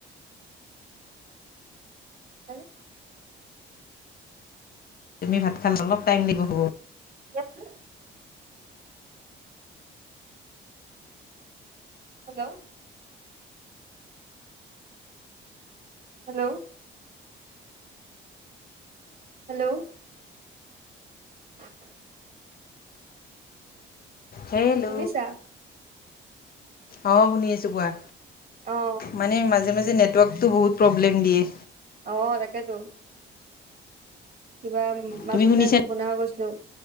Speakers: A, on the right (about 50°); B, on the left (about 50°).
A: হা?
B: তুমি ভাত খালা অলপ টাইম লাগিব হ'ব।
A: ঠিকে আছে নে <unintelligible> হেল্ল'। হেল্ল'। হেল্ল'। <inaudible>
B: হেল্ল'
A: শুনিছা?
B: অ' শুনি আছো কোৱা।
A: অঁ।
B: মানে মাজে মাজে নেটৱৰ্কটো বহুত প্ৰব্লেম দিয়ে।
A: অ' তাকেইতো। কিবা মাজতে
B: তুমি শুনিছানে
A: নুশুনা হৈ গৈছিলো,